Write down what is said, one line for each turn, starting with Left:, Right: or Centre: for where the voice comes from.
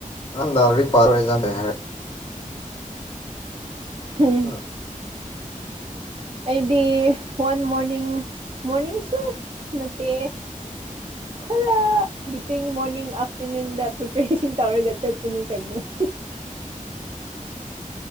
Left: ꯑꯝꯗꯥꯔꯤ ꯄꯥꯔꯣ ꯑꯦꯛꯖꯦꯝ ꯂꯩ ꯍꯥꯏꯔ <unintelligible>
Right: ꯍꯝ
Left: ꯎꯝ
Right: <unintelligible> ꯑꯩꯗꯤ ꯋꯥꯟ ꯃꯣꯔꯅꯤꯡ ꯃꯣꯔꯅꯤꯡꯁꯨ ꯅꯠꯇꯦ ꯈꯔ ꯕꯤꯇꯤꯡ ꯃꯣꯔꯅꯤꯡ ꯑꯥꯐꯇꯔꯅꯨꯟꯗ ꯄ꯭ꯔꯤꯄꯦꯔꯦꯁꯟ ꯇꯧꯔꯒ ꯆꯠꯄꯅꯤ ꯀꯩꯅꯣ <inaudible>